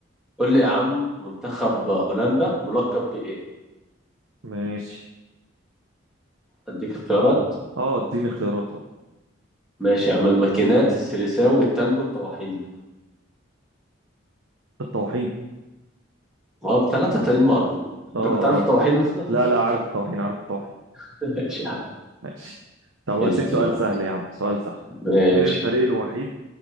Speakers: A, in the centre; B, on the right.
A: قول لي يا عم منتخب هولندا ملقب بإيه؟
B: ماشي
A: أديك اختيارات
B: اه اديني اختيارات اه
A: ماشي يا عم الماكينات السيليساو والتانجو الطواحين
B: الطواحين
A: هو الثلاثة التانيين معروفين
B: اه
A: أنت كنت عارف الطواحين
B: اه
A: أصلا؟
B: لا لا عارف الطواحين عارف الطواحين
A: <laughs> ماشي يا عم
B: ماشي طب هديك
A: اسأل
B: سؤال
A: يا معلم.
B: سهل يا عم سؤال سهل
A: ماشي
B: مين الفريق الوحيد